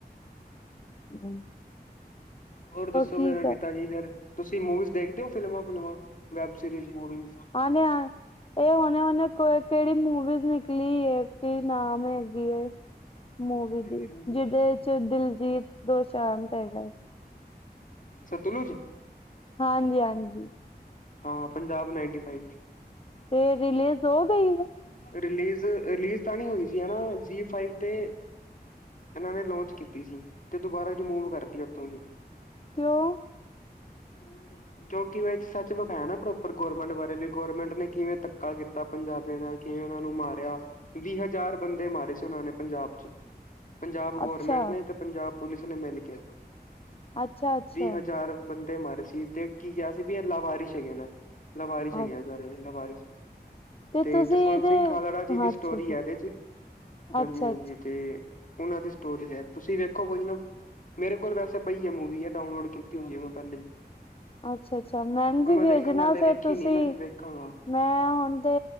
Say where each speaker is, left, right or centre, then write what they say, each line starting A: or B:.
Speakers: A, on the left (about 35°); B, on the left (about 50°).
A: ਹਾਂਜੀ
B: ਹੋਰ ਦੱਸੋ
A: ਕੀ
B: ਕਿਵੇ
A: ਕਰ
B: ਕਿਤਾ ਜੀ ਫੇਰ? ਤੁਸੀਂ ਮੂਵੀਜ਼ ਦੇਖਦੇ ਓ ਫਿਲਮਾਂ-ਫੂਲਮਾਂ, ਵੈਬ ਸੀਰੀਸ ਮੂਵੀਜ਼?
A: <unintelligible> ਏ ਹੋਨੇ-ਹੋਨੇ ਕੋ ਕੜੀ ਮੂਵੀਜ਼ ਨਿਕਲੀ ਏ ਕਿ ਨਾਮ ਹੇਗੀ ਏ ਮੂਵੀ ਦੀ,
B: ਦਲਜੀਤ
A: ਜਿਦੇ
B: ਦੀ
A: 'ਚ ਦਿਲਜੀਤ ਦੋਸ਼ਾਂਤ ਹੈਗਾ ਏ।
B: ਸਤਲੁਜ?
A: ਹਾਂਜੀ-ਹਾਂਜੀ।
B: ਹਾਂ, ਪੰਜਾਬ ਨਾਈਨਟੀ ਫਾਈਫ।
A: ਏ ਰਿਲੀਜ਼ ਹੋ ਗਈ ਏ?
B: ਫਾਈਵ ਰਿਲੀਜ਼, ਰਿਲੀਜ਼ ਤਾਂ ਨੀ ਹੋਈ ਸੀ ਓਨਾ ਜੀ਼ ਫਾਈਵ ਤੇ ਏਨਾਂ ਨੇ ਲੋਂਚ ਕੀਤੀ ਸੀ, ਤੇ ਦੁਬਾਰਾ ਰੀਮੂਵ ਕਰਤੀ ਓਥੋਂ <unintelligible>
A: ਕੋਓਂ?
B: <inaudible> ਕੇਓਕਿ ਏ ਏਕ ਸੱਚ ਵਖਾਯਾ ਨਾ ਪ੍ਰੋਪਰ ਗੌਰਰਮੈਂਟ ਬਾਰੇ ਵੀ ਗੌਰਮੈਂਟ ਨੇ ਕਿਵੇਂ ਧੱਕਾ ਕੀ ਤਾ ਪੰਜਾਬੀਆਂ ਨਾਲ ਕਿਵੇ ਓਨਾਂ ਨੂੰ ਮਾਰੇਆ, ਵੀ ਹਜਾਰ ਬੰਦੇ ਮਾਰੇ ਸੀ ਓਨਾਂ ਨੇ ਪੰਜਾਬ 'ਚ। ਪੰਜਾਬ ਗੌਰਮੇਂਟ
A: ਅੱਛਾ
B: ਨੇ ਤੇ ਪੰਜਾਬ ਪੁਲਿਸ ਨੇ ਮਿਲ ਕੇ,
A: ਅੱਛਾ ਅੱਛਾ
B: ਵੀਹ ਹਜਾਰ ਬੰਦੇ ਮਾਰੇ ਸੀ ਤੇ ਕੀ ਕੇਆ ਸੀ ਵੀ ਐ ਲਾਵਾਰਿਸ ਹੈਗੇ ਨੇ, ਲਾਵਾਰਿਸ
A: ਹਾਂ
B: ਹੈਗੇ ਸਾਰੇ ਲਵਾਰਿਸ। ਤੇ
A: ਤੁਸੀਂ
B: ਜਸਵੰਤ
A: ਇਹਦੇ
B: ਸਿੰਘ ਖਾਲੜਾ ਜੀ ਦੀ ਸਟੋਰੀ
A: ਅੱਛਾ ਅੱਛਾ
B: ਹੈ ਐਦੇ 'ਚ ਹਾਂਜੀ-ਹਾਂਜੀ
A: ਅੱਛਾ ਅੱਛਾ
B: ਤੇ ਓਨਾਂ ਦੀ ਸਟੋਰੀਜ਼ ਹੈ, ਤੁਸੀਂ ਵੇਖੋ ਕੋਈ ਨਾ ਮੇਰੇ ਕੋਲ਼ ਵੈਸੇ ਪਈ ਐ ਮੂਵੀ ਐ ਡਾਊਨਲੋੜ ਕੀਤੀ ਹੋਈ ਐ ਮੈਂ ਪੈਲੇ ਈ।
A: ਅੱਛਾ-ਅੱਛਾ, ਮੈਨ ਤੇ ਭੇਜਨਾ
B: ਦੇਖਾਂਗਾ ਹਲੇ
A: ਫੇਰ
B: ਵੇਖੀ
A: ਤੁਸੀ
B: ਨੀ ਮੈਂ ਵੇਖਾਂਗਾ
A: ਮੈਂ ਹੋਨ ਤੇ,